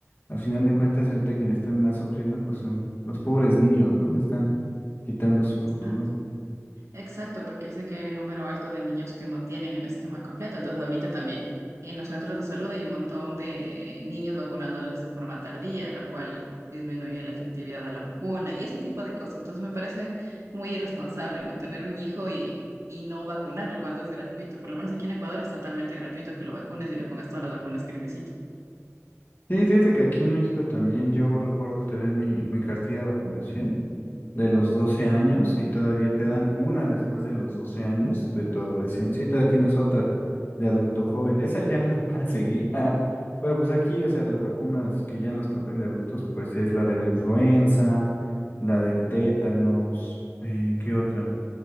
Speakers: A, on the left; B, on the right.
A: al final de cuentas, ahorita quienes están más sufriendo, pues son los pobres niños, ¿no? Le están quitando su futuro.
B: Ah, Exacto, porque dice que hay un número alto de niños que no tienen el esquema completo. Entonces, ahorita también en los centros de salud hay un montón de niños vacunándoles de forma tardía, lo cual disminuye la efectividad de la vacuna y ese tipo de cosas. Entonces, me parece muy irresponsable, ¿no? Tener un hijo y, y no vacunarlo cuando es gratuito. Por lo menos aquí en Ecuador es totalmente gratuito que lo vacunes y le pongas todas las vacunas que necesita.
A: Sí, fíjate que aquí en México también yo recuerdo tener mi, mi cartilla de vacunación. de los 12 años y todavía te dan una después de los 12 años de tu adolescencia y todavía tienes otra de adulto joven. Esa ya no <laughs> la seguí. ajá. Pero pues aquí, o sea, las vacunas que ya nos tocan de adultos, pues es la de la influenza, la del tétanos, eh, ¿qué otra?